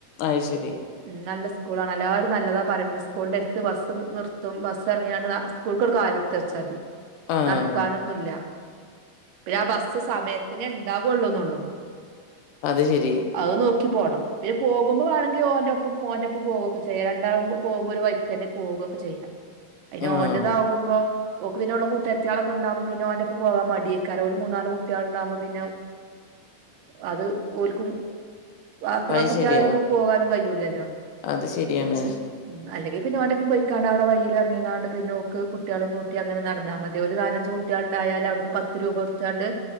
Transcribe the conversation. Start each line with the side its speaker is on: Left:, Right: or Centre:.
Left: അഹ്ശരി
Right: ഉം നല്ല സ്കൂളാണ് എല്ലാരും നല്ലതാ പറയ്ണ്ട് സ്കൂളിന്റെ ട്ത്ത് ബസ്സും നിർത്തും ബസ് ഇറങ്ങിയാണ്ട് ന സ്കൂൾക്കട്കാല്ട്ത്ത് ച്ചാ തി
Left: ആഹ്
Right: നടക്കാനൊന്നുല്ല പിന്നെ ആ ബസ് സമയത്തിനേ ണ്ടാ കൊള്ളൂ ന്നൊള്ളു
Left: അത് ശരി
Right: അഹ് നോക്കി പോണം പിന്നെ പോകുമ്പോ വേണങ്കി ഓന്റെ പ്പം മോന്റ പ്പം പോവെക്കെ ചെയ്യാം രണ്ടാളും പോകുമ്പോ ഒര് വഴിക്കന്നെ പോവെക്കെ ചെയ്യ അയ്ന്
Left: ആഹ്
Right: ഓന്റതാ ആകുമ്പോ ഓക്ക് പിന്നെ ഓളെ കൂ ട്ടാരത്തിയോ ളെക്കെണ്ടാവുമ്പോ പിന്നെ ഓന്റെ പ്പം പോവാ മടിയേക്കാ രം ഓല് മൂന്നാല് കുട്ടിയോള് ണ്ടാവുമ്പോ പിന്നെ അത് ഓൽക്കും <unintelligible> ത്ര
Left: അത്
Right: കുട്ടിയേളെന്നും
Left: ശരിയാ
Right: ഇപ്പോ പോകാനും കയൂല്ലല്ലോ
Left: അത് ശരിയാണ്.
Right: ഉം അല്ലെങ്കി പിന്നെ ഓന്റെ പ്പം പോയിക്കാണ്ട് അവിടെ വയില് എറങ്ങിക്കാണ്ട് പിന്നെ ഓക്ക്കുട്ടിയോളിം കൂട്ടിഅങ്ങനെ നടന്നാ മതി ഓല് നാലഞ്ച് കു ട്ടിയാള്ണ്ടായാല് അവിടുന്ന് പത്ത് രൂപ കൊട്ത്താണ്ട്